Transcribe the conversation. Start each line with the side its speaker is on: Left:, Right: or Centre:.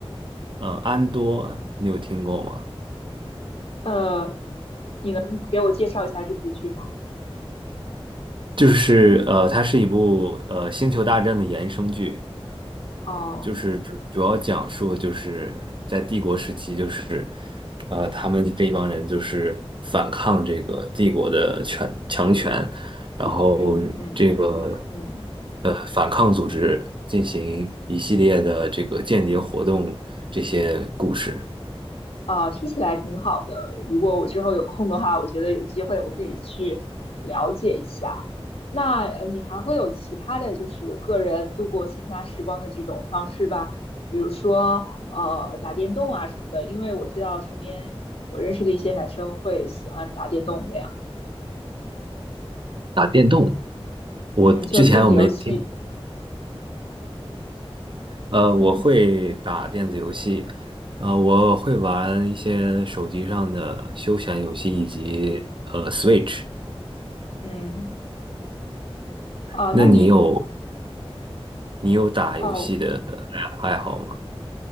Right: 呃，安多，你有听过吗？
Left: 呃，你能给我介绍一下这部剧吗？
Right: 就是呃，它是一部呃《星球大战》的衍生剧。
Left: 哦，
Right: 就是主主要讲述就是在帝国时期，就是呃，他们这一帮人就是反抗这个帝国的权强权，
Left: 嗯
Right: 然后这个
Left: 嗯嗯嗯。
Right: 呃反抗组织进行一系列的这个间谍活动这些故事。
Left: 啊，听起来挺好的。如果我之后有空的话，我觉得有机会我可以去了解一下。那呃你还会有其他的就是个人度过闲暇时光的这种方式吧？比如说呃，打电动啊什么的。因为我知道身边我认识的一些男生会喜欢打电动这样。
Right: 打电动，我之前我没听，
Left: 嗯，就电子游戏。
Right: 呃，我会打电子游戏，
Left: 嗯
Right: 呃，我会玩一些手机上的休闲游戏以及呃 Switch。
Left: 嗯。啊，
Right: 那你有
Left: 那你
Right: 你有打游戏的
Left: 啊，呃
Right: 爱好吗？